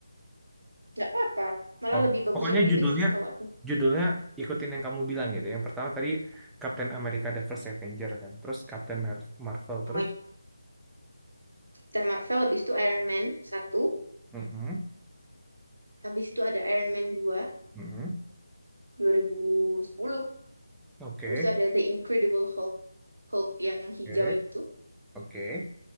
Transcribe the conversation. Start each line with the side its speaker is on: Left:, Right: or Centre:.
Right: nggak apa-apa. Malah
Centre: Oh,
Right: lebih bagus
Centre: pokoknya
Right: yang remake
Centre: judulnya
Right: sih setahu aku.
Centre: judulnya ikutin yang kamu bilang gitu. Yang pertama tadi Captain America The First Avenger kan. Terus Captain Mar- Marvel terus.
Right: Mike dan Marvel, habis itu Iron Man satu,
Centre: Mm-mm,
Right: habis itu ada Iron Man dua
Centre: mm-mm.
Right: dua ribu sepuluh.
Centre: Oke,
Right: habis itu ada The Incredible Hulk, Hulk yang hijau
Centre: oke,
Right: itu,
Centre: oke.